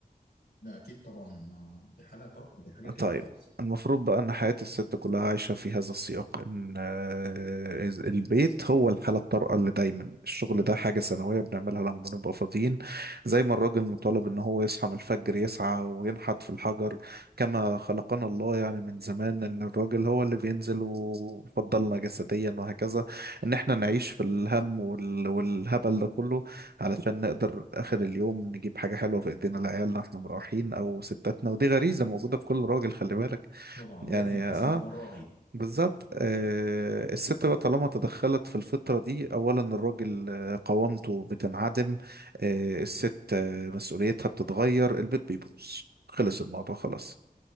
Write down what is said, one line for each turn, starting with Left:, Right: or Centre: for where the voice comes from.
Left: لا أكيد طبعا آه، دي حالة برضه دي حاجة تاني
Right: طيب
Left: خالص
Right: المفروض بقى ان حياة الست كلها عايشة في هذا السياق ان آه، إز- البيت هو الحالة الطارئة اللي دايما الشغل ده حاجة سنوية بنعملها لما بنبقى فاضيين زي ما الراجل مطالب ان هو يصحى من الفجر يسعى وينحت في الحجر كما خلقنا الله يعني من زمان ان الراجل هو اللي بينزل وفضلنا جسديا وهكذا ان احنا نعيش في الهم وال- والهبل ده كله علشان نقدر آخر اليوم نجيب حاجة حلوة في إيدينا لعيالنا واحنا مروحين أو ستاتنا ودي غريزة موجودة في كل راجل خلي بالك
Left: طبعا
Right: يعني
Left: لازم يحس
Right: اه
Left: ان هو راعي
Right: بالظبط آه الست بقى طالما تدخلت في الفطرة دي أولا الراجل آه، قوامته بتنعدم آه الست آه مسؤوليتها بتتغير البيت بيبوظ خلص الموضوع خلاص